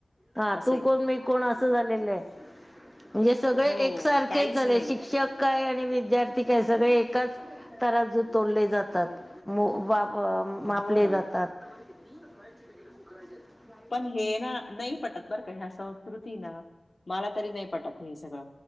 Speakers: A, in the centre; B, on the left.
A: हा
B: असंय.
A: तू कोण. मी कोण. अस झालेल आहे. म्हणजे सगळे
B: हो.
A: एकसारखेच
B: काहीच
A: झाले.
B: नाही.
A: शिक्षक काय आणि विद्यार्थी काय सगळे एकाच तराजुत तोलले जातात. मो वा मापले
B: हो ना.
A: जातात. <unintelligible>
B: पण हे ना नाही पटत बर का. ह्या संस्कृती ना मला तरी नाही पटत हे सगळ.